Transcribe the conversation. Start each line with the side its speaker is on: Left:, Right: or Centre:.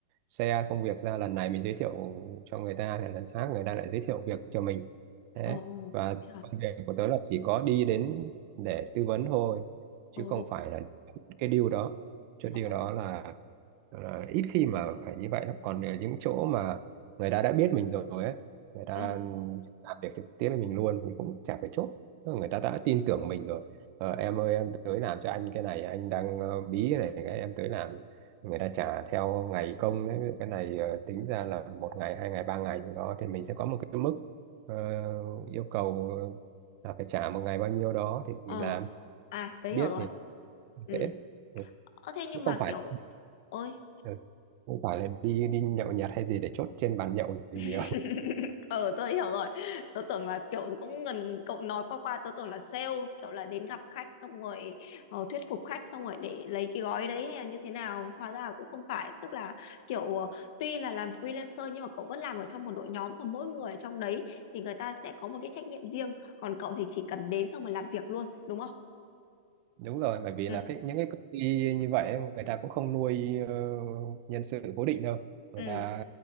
Right: share công việc ra lần này mình giới thiệu cho người ta thì lần khác người ta lại giới thiệu việc cho mình thế
Left: Ồ,
Right: và
Left: thế hả?
Right: công việc của tớ là chỉ có đi đến để tư vấn thôi chứ
Left: Ồ,
Right: không phải là cái deal đó Chốt
Left: ồ.
Right: deal đó là là ít khi mà phải như vậy lắm còn ở những chỗ mà người ta đã biết mình rồi ấy, người ta
Left: ừ
Right: làm việc trực tiếp với mình luôn thì cũng chả phải chốt Tức là người ta đã tin tưởng mình rồi ờ, em ơi em tới làm cho anh cái này anh đang ờ, bí cái này cái em tới làm người ta trả theo ngày công đấy Ví dụ cái này ờ, tính ra là một ngày hai ngày ba ngày gì đó thì mình sẽ có một cái mức ờ, yêu cầu ờ, là phải trả một ngày bao nhiêu đó thì mình
Left: ờ
Right: làm
Left: à tớ
Right: biết
Left: hiểu rồi
Right: thì
Left: ừ
Right: dễ Ừ,
Left: Ơ thế nhưng
Right: chứ
Left: mà
Right: không phải
Left: kiểu ôi
Right: ừ, không phải là đi đi nhậu nhẹt hay gì để chốt trên bàn nhậu gì
Left: <laughs> ừ tôi hiểu rồi tôi tưởng là kiểu cũng gần cậu nói qua qua tôi tưởng là sale kiểu là đến gặp khách xong rồi ờ, thuyết phục khách xong rồi để lấy cái gói đấy hay là như thế nào hóa ra là cũng không phải tức là kiểu ờ, tuy là làm freelancer nhưng mà cậu vẫn làm ở trong một đội nhóm và mỗi người trong đấy thì người ta sẽ có một cái trách nhiệm riêng còn cậu thì chỉ cần đến xong rồi làm việc luôn đúng không
Right: đúng rồi bởi vì
Left: ừ
Right: là cái những cái công ty như vậy ấy, người ta cũng không nuôi ờ, nhân sự cố định đâu người
Left: ừ
Right: ta